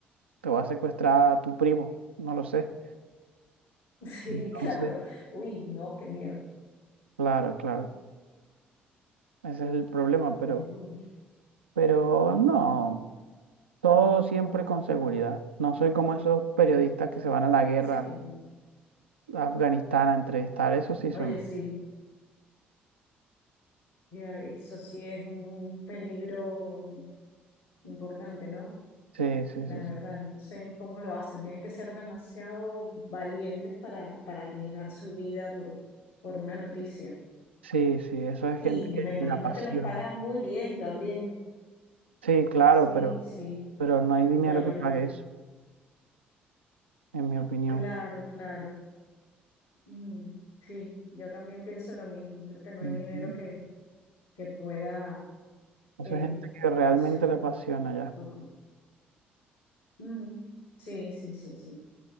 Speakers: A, on the right; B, on the left.
A: te va a secuestrar tu primo, no lo sé.
B: <laughs> Sí,
A: Entonces,
B: claro. Uy, no, qué miedo.
A: claro, claro, ese es el problema, pero,
B: Y, uy,
A: pero no, todo siempre con seguridad. No soy como esos periodistas que se van a la guerra
B: sí,
A: a Afganistán a entrevistar, eso sí
B: oye,
A: son.
B: sí, ya, eso sí es un peligro importante, ¿no?
A: Sí,
B: La
A: sí, sí,
B: verdad,
A: sí.
B: no sé ni cómo lo hacen. Tienen que ser demasiado valientes para, para arriesgar su vida por, por una noticia.
A: Sí, sí, eso es
B: Y
A: gente que
B: me imagino
A: le apasiona.
B: que les pagan muy bien también.
A: Sí, claro,
B: Sí,
A: pero,
B: sí,
A: pero no hay dinero
B: la verdad.
A: que pague eso, en mi opinión.
B: Claro, claro. Mm, sí, yo también pienso lo mismo. Creo que no
A: Ujú.
B: hay dinero que, que pueda,
A: Eso
B: eh,
A: es gente que realmente
B: no sé.
A: le apasiona ya.
B: lo- Mm, sí, sí, sí, sí,